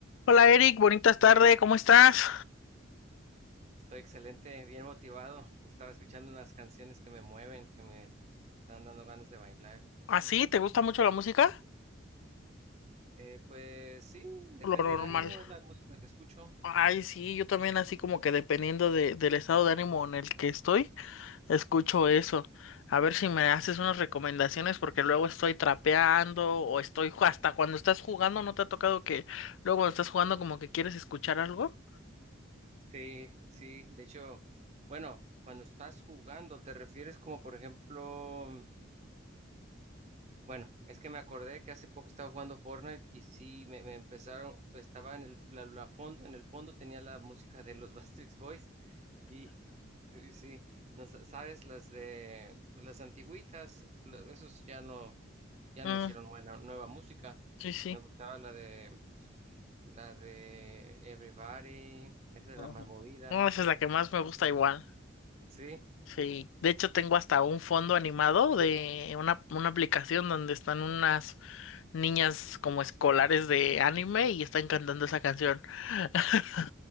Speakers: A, on the left; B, on the right.
A: Hola Eric, bonitas tardes, ¿cómo estás?
B: Estoy excelente, bien motivado. Estaba escuchando unas canciones que me mueven, que me están dando ganas de bailar.
A: ¿Así? ¿Te gusta mucho la música?
B: Eh, pues sí, depende
A: Lo normal.
B: del ánimo, es la música que escucho,
A: Ay,
B: sí.
A: sí, yo también así como que dependiendo de, del estado de ánimo en el que estoy, escucho eso. A ver si me haces unas recomendaciones porque luego estoy trapeando o estoy ju- hasta cuando estás jugando, ¿no te ha tocado que luego cuando estás jugando como que quieres escuchar algo?
B: Sí, sí, de hecho, bueno, cuando estás jugando, ¿te refieres como por ejemplo... Bueno, es que me acordé que hace poco estaba jugando Fortnite y sí, me, me empezaron, estaba en el la, la fondo, en el fondo tenía la música de los <laughs> Backstreet Boys y Sí, sí. no, sa- sabes, las de pues, las antiguitas, lo- esos ya no, ya
A: Mm,
B: no hicieron buena, nueva música.
A: sí, sí.
B: Me gustaba la de la de Everybody, esa es
A: Ujú.
B: la más movida.
A: No, esa es la que más me gusta igual.
B: Sí,
A: Sí. De hecho, tengo hasta un fondo animado de una, una aplicación donde están unas niñas como escolares de anime y están cantando esa canción. <laughs>